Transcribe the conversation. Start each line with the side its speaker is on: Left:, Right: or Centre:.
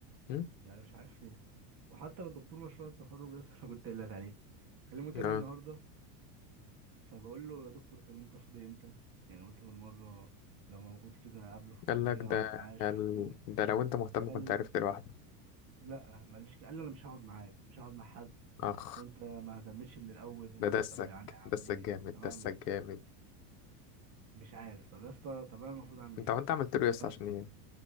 Left: مم؟
Right: يعني مش عارف ليه وحتى من دكتور مشروع التخرج لسه <laughs> انا كنت قايل لك عليه بكلمه تاني
Left: اه
Right: النهارده فبقول له يا دكتور طب انت فاضي امتى يعني قلت بالمره لو موجود كده قابله في الكليه
Left: قال لك ده
Right: اقعد معاه اشوف
Left: قال
Right: الدنيا
Left: ده لو انت مهتم
Right: قال
Left: كنت عرفت لوحدك
Right: لا ما قاليش كده. قال لي انا مش هقعد معاك مش هقعد مع حد
Left: اخ
Right: وانت ما اهتمتش من الاول و...
Left: ده دسك
Right: طب يعني اعمل
Left: دسك
Right: ايه
Left: جامد
Right: طب
Left: دسك
Right: اعمل ايه
Left: جامد
Right: مش عارف طب يا اسطى طب انا المفروض اعمل
Left: انت
Right: ايه
Left: هو انت عملت له
Right: يعني
Left: يس
Right: هو-
Left: عشان ايه